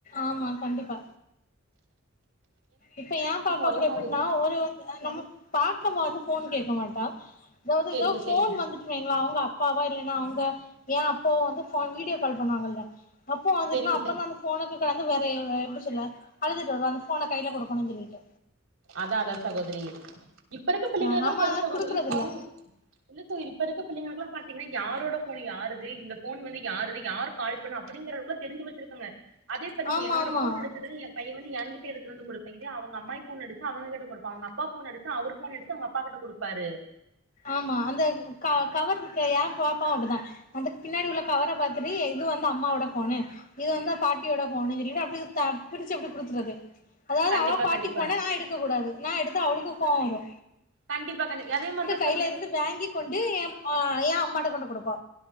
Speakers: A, on the left (about 40°); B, on the right (about 85°).
A: ஆமா கண்டிப்பா இப்ப ஏ பாப்பா
B: ஒரே
A: கூட எப்டின்னா
B: மாரி
A: ஒரு வந்து நம்ம பாக்கமா வந்து போன் கேக்க மாட்டா இதாவது
B: சேரிங்க
A: இதா ஃபோன்
B: சேரிங்க
A: வந்து இல்லைங்களா அவங்க அப்பாவா இல்லன்னா அவங்க ஏ அப்பாவோ வந்து போ வீடியோ கால் பண்ணுவாங்கல்ல அப்போ அது
B: சேரிங்க
A: இன்னு அப்பந்தா
B: சே
A: அந்த போனுக்கு கலந்து வேற எப்டி சொல்ல அழுதுட்டு வருவா அந்த போன கையில குடுக்கணு சொல்லிட்டு
B: அதா அதா சகோதரி இப்ப இருக்க பிள்ளைங்களுக்குல்லா
A: ஆஹ் நம்ம
B: பாரு
A: அத
B: சகோதரி
A: குடுக்கறது
B: போனு
A: இல்ல
B: இல்ல சகோதரி இப்ப இருக்க பிள்ளைங்களுக்குல்லாம் பாத்தீங்கன்னா யாரோட போன் யாரு இந்த போன் வந்து யாரு யார் கால் இப்ப நா அப்படிங்கறக்குள்ள தெரிஞ்சு வச்சிருக்காங்க அதே பாருங்க
A: ஆமா
B: என்னோட
A: ஆமா
B: போன் எடுச்சது ஏ பைய வந்து என்கிட்ட எடுத்துட்டு வந்து குடுப்ப இதே அவங்க அம்மாய் போன் அடுச்ச அவங்க கிட்ட குடுப்பாங்க அவங்க அப்பா போன் எடுத்து அவரு போன் எடுத்து அவங்க அப்பா கிட்ட குடுப்பாரு
A: ஆமா அந்த க கவர் இருக்கு ஏ பாப்ப அப்டிதா அந்த பின்னாடி உள்ள கவர பாத்துட்டு எ இது வந்து அம்மாவோட ஃபோனு இது வந்து பாட்டியோட ஃபோனுன் சொல்லிட்டு அப்டி தா பிரிச்சு அப்டி குடுத்துறது அதாவ்து
B: கண்டிப்பா
A: அவ பாட்டி
B: கண்டிப்பா
A: போன நா எடுக்க கூடாது நா எடுத்தா அவுளுக்கு கோவ்வரு
B: கண்டிப்பா கண்டு எதே மாரிதா
A: கைல
B: சகோதரி
A: இருந்து வாங்கி கொண்டு எ அ எ அம்மாட்ட கொண்டு குடுப்பா